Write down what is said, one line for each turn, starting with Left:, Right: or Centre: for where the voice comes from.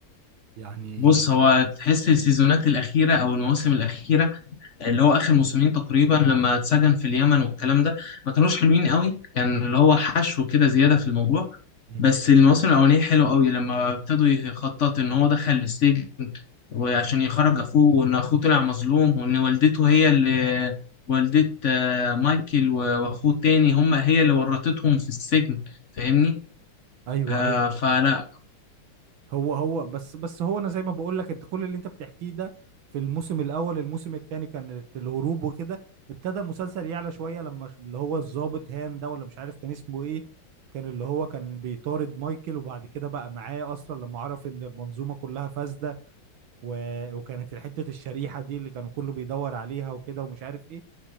Right: يعني
Left: بص هو تحس السيزونات الأخيرة أو المواسم الأخيرة اللي هو آخر موسمين تقريبا لما اتسجن في اليمن والكلام ده ما كانوش حلوين قوي كان اللي هو حشو كده زيادة في الموضوع
Right: مم.
Left: بس المواسم الأولانية حلوة قوي لما ابتدوا يخطط إن هو دخل السجن وعشان يخرج أخوه وإن أخوه طلع مظلوم وإن والدته هي اللي والدة آه، مايكل و- وأخوه التاني هم هي اللي ورطتهم في السجن فاهمني؟
Right: ايوه
Left: آه
Right: ايوه
Left: فلا
Right: هو هو بس بس هو انا زي ما بقول لك انت كل اللي انت بتحكيه ده في الموسم الاول الموسم الثاني كان الهروب وكده ابتدى المسلسل يعلى شويه لما ش- اللي هو الضابط هان ده ولا مش عارف كان اسمه ايه كان اللي هو كان بيطارد مايكل وبعد كده بقى معاه اصلا لما عرف ان المنظومه كلها فاسده و... وكانت حته الشريحه دي اللي كانوا كله بيدور عليها وكده ومش عارف ايه